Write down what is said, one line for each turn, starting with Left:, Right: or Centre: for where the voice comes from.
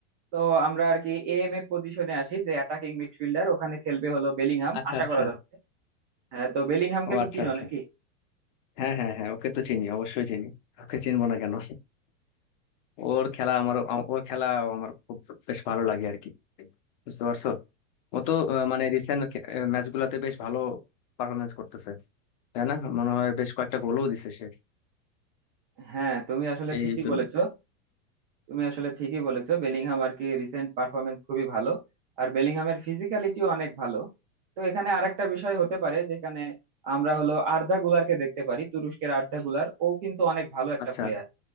Right: তো আমরা আর কি এএম এ পজিশনে আসি যে অ্যাটাকিং মিডফিল্ডার ওখানে খেলবে হলো বেলিংহাম
Left: আচ্ছা
Right: আশা
Left: আচ্ছা
Right: করা যাচ্ছে হ্যাঁ তো বেলিংহামকে
Left: ও
Right: তো
Left: আচ্ছা
Right: চিনো
Left: আচ্ছা
Right: নাকি
Left: হ্যাঁ হ্যাঁ হ্যাঁ ওকে তো চিনি অবশ্যই চিনি ওকে চিনবো না কেন ওর খেলা আমার আম- ওর খেলা আমার খুব বেশ ভালো লাগে আর কি বুঝতে পারছো ও তো আহ, মানে রিসেন্ট ম্যাচ গুলাতে বেশ ভালো পারফরমেন্স করতেছে তাই না মনে হয় বেশ কয়েকটা গোলও দিছে সে
Right: হ্যাঁ তুমি আসলে
Left: এই
Right: ঠিকই
Left: তুমি
Right: বলেছো তুমি আসলে ঠিকই বলেছো বেলিংহাম আর কি রিসেন্ট পারফরমেন্স খুবই ভালো আর বেলিংহামের ফিজিক্যালিটিও অনেক ভালো তো এখানে আরেকটা বিষয় হতে পারে যেখানে আমরা হলো আর্ধা গুলারকে দেখতে পারি তুরস্কের আর্ধা গুলার ও কিন্তু অনেক ভালো একটা
Left: আচ্ছা
Right: প্লেয়ার